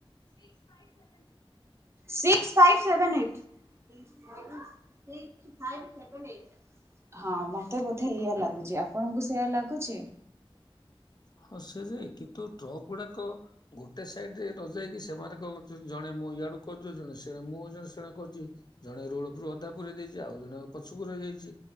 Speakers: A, on the left; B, on the right.
A: six five seven eight.
B: Six five seven eight six five seven eight. ହଁ ମତେ ବୋଧେ ଏଇଆ ଲାଗୁଛି ଆପଣଙ୍କୁ ସେଇୟା ଲାଗୁଛି?
A: ହଁ ସେ ଯେ କିନ୍ତୁ ଟ୍ରକ୍ ଗୁଡାକ ଗୋଟେ ସାଇଡ଼େ ନ ଯାଇକି ସେମାନଙ୍କ ଜଣେ ମୁଁ ଇଆଡ଼କୁ କରିଦେଉଛନ୍ତି ସେ ମୁଁ ଜଣେ ଶଣେ କହୁଛି ଜଣେ ରୋଡ ଉପରୁ ଅଧା ପୁରେଇ ଦେଇଛି ଆଉ ଜଣେ ପଛକୁ ରହିଯାଇଛି।